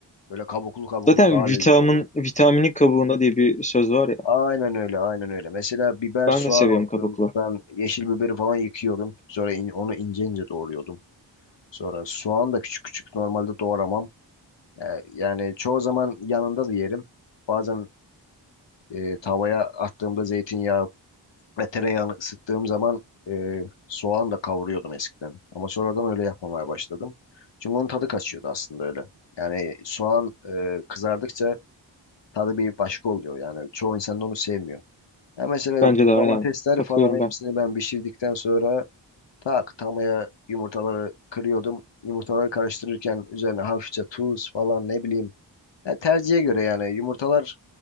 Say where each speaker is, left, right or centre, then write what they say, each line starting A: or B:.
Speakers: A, on the left; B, on the left.
A: Böyle kabuklu kabuklu
B: Zaten
A: daha
B: vitamin,
A: lezzetli oluyor.
B: vitamini kabuğunda diye bir söz var ya.
A: Aynen öyle, aynen öyle. Mesela biber,
B: Ben
A: soğan
B: de seviyorum
A: olsun.
B: kabuklu.
A: Ben yeşil biberi falan yıkıyorum. Sonra in- onu ince ince doğruyordum. Sonra soğan da küçük küçük normalde doğramam. E, yani çoğu zaman yanında da yerim. Bazen e, tavaya attığımda zeytinyağı Ve tereyağını ısıttığım zaman e, soğan da kavuruyordum eskiden. Ama sonradan öyle yapmamaya başladım. Çünkü onun tadı kaçıyordu aslında öyle. Yani soğan e, kızardıkça tadı bir başka oluyor. Yani çoğu insan da onu sevmiyor. Ya mesela
B: Bence de aynen.
A: domatesleri
B: Katılıyorum
A: falan
B: ben.
A: hepsini ben pişirdikten sonra tak tamaya yumurtaları kırıyordum. Yumurtaları karıştırırken üzerine hafifçe tuz falan ne bileyim. Ya tercihe göre yani yumurtalar